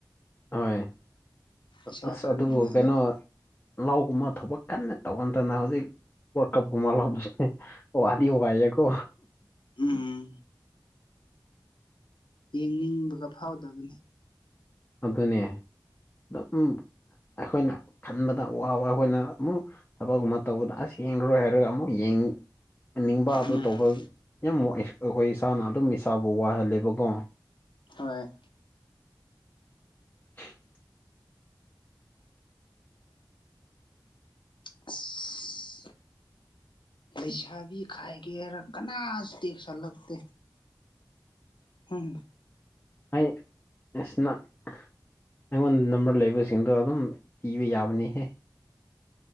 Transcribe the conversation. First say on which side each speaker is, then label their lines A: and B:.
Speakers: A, on the left; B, on the left.
A: ꯍꯣꯏ
B: ꯏꯁꯥ
A: ꯑꯁ
B: ꯈꯔ
A: ꯑꯗꯨꯕꯨ
B: ꯅꯨꯡꯉꯥꯏꯌꯦꯕ
A: ꯀꯩꯅꯣ ꯂꯧꯒꯨꯝꯕ ꯊꯕꯛ ꯀꯟꯅ ꯇꯧꯃꯟꯗꯅ ꯍꯧꯖꯤꯛ ꯋꯥꯀꯞꯀꯨꯝꯕ ꯂꯥꯎꯕ ꯆꯠꯂꯦ ꯋꯥꯗꯤ ꯋꯥꯏꯌꯦꯀꯣ
B: ꯎꯝ ꯌꯦꯡꯅꯤꯡꯕꯒ ꯐꯥꯎꯗꯕꯅꯦ
A: ꯑꯗꯨꯅꯦ ꯑꯗꯨꯝ ꯑꯩꯈꯣꯏꯅ ꯈꯟꯕꯗ ꯋꯥꯕ ꯑꯩꯈꯣꯏꯅ ꯑꯃꯨꯛ ꯊꯕꯛꯒꯨꯝꯕ ꯇꯧꯕꯗ ꯑꯁ ꯌꯦꯡꯂꯔꯣꯏ ꯍꯥꯏꯔꯒ ꯑꯃꯨꯛ ꯌꯦꯡ ꯅꯤꯡꯕ ꯑꯗꯨ
B: ꯎꯝ
A: ꯇꯧꯕ ꯌꯥꯝ ꯑꯩꯈꯣꯏ ꯏꯁꯥꯅ ꯑꯗꯨꯝ ꯏꯁꯥꯕꯨ ꯋꯥꯍꯜꯂꯦꯕꯀꯣ
B: ꯍꯣꯏ
A: <unintelligible>
B: ꯑꯁ ꯂꯩꯁꯥꯕꯤ ꯈꯥꯏꯒꯦꯔ ꯀꯅꯥꯁꯨ ꯇꯦꯛꯁ ꯍꯜꯂꯛꯇꯦ ꯍꯝ
A: ꯑꯩ ꯏꯁ ꯅꯪ ꯑꯩꯉꯣꯟꯗ ꯅꯝꯕꯔ ꯂꯩꯕꯁꯤꯡꯗꯣ ꯑꯗꯨꯝ ꯄꯤꯕ ꯌꯥꯕꯅꯤꯍꯦ